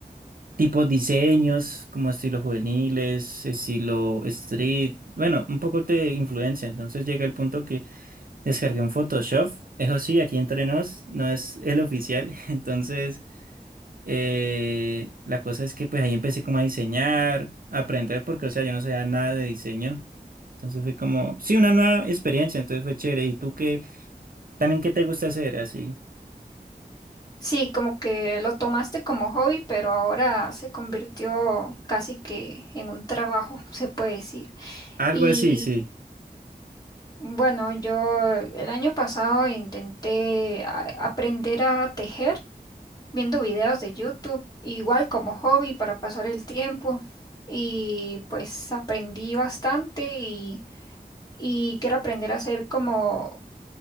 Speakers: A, on the right; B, on the left.
A: tipos diseños, como estilo juveniles, estilo street? Bueno, un poco te influencia, entonces llega el punto que descargué un Photoshop, eso sí, aquí entre nos, no es el oficial, <laughs> entonces eh, la cosa es que pues ahí empecé como a diseñar, a aprender, porque o sea, yo no sabía nada de diseño. Entonces fue como, sí, una nueva experiencia, entonces fue chévere. ¿Y tú qué, también qué te gusta hacer así?
B: Sí, como que lo tomaste como hobby, pero ahora se convirtió casi que en un trabajo, <laughs> se puede decir.
A: Algo
B: Y
A: así, sí.
B: bueno, yo el año pasado intenté a- aprender a tejer viendo videos de YouTube, igual como hobby para pasar el tiempo. Y pues aprendí bastante y, y quiero aprender a hacer como